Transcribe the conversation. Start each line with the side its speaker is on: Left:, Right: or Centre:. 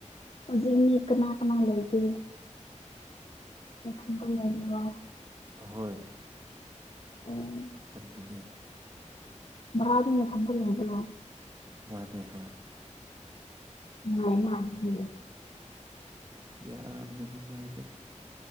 Left: ꯍꯨꯖꯤꯛ ꯃꯤ ꯀꯅꯥ ꯀꯅꯥ ꯂꯩꯒꯦ ꯅꯊꯟꯇ ꯂꯩꯕ꯭ꯔꯣ
Right: ꯍꯣꯏ
Left: ꯑꯣ
Right: ꯊꯟꯗꯅꯦ
Left: ꯚꯔꯥꯗ ꯅꯊꯟꯇ ꯂꯩꯕ꯭ꯔꯣ
Right: ꯃꯥꯅꯦ ꯍꯣꯏ
Left: ꯅꯨꯡꯉꯥꯏꯅ ꯑꯗꯨꯗꯤ
Right: ꯌꯥꯝꯅ ꯅꯨꯡꯉꯥꯏꯇꯦꯗ